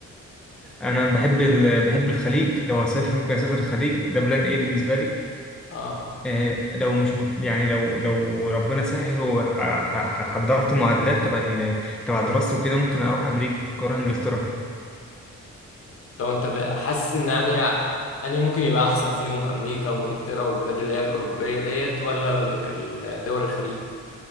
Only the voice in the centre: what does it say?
انا بحب ال... بحب الخليج لو هسافر ممكن اسافر الخليج ده بلان ايه بالنسبه لي
آه، لو مش مت... يعني لو لو ربنا سهل وحضرت معادلات تبع ال... تبع دراستي وكده ممكن اروح امريكا ممكن اروح انجلترا